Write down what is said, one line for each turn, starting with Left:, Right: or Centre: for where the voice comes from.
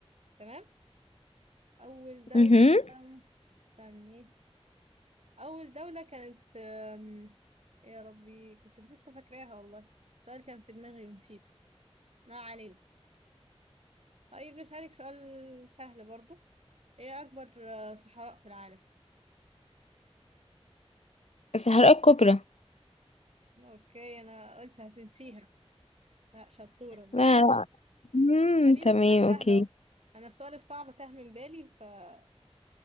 Right: تمام أول دولة
Left: امم
Right: أم، استني أول دولة كانت أم، يا ربي كنت لسه فاكراها والله السؤال كان في دماغي ونسيته ما علينا طيب نسألك سؤال سهل برضو إيه أكبر آه، صحراء في العالم
Left: الصحراء الكبرى
Right: أوكي أنا قلت هتنسيها لا شطورة بجد
Left: لا لا امم
Right: خليني
Left: تمام
Right: سؤال سهل
Left: اوكي
Right: أهو أنا السؤال الصعب تاه من بالي فاسألي